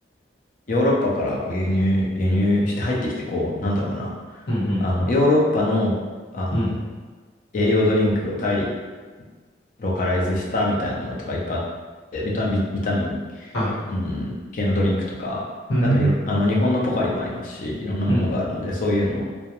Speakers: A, on the left; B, on the left.
A: ヨーロッパからこう輸入、輸入して入ってきて、こう、なんだろうな、
B: うん、うん。
A: あの、ヨーロッパの、あの、
B: うん。
A: 栄養ドリンクをタイローカライズしたみたいなものとかいっぱいあって、ビタミン、ビタミン、
B: はい。
A: うん、系のドリンクとか、
B: うん。
A: なんかいろ、あの、日本のポカリもありますし、いろんなものがあるので、
B: うん。
A: そういうのを、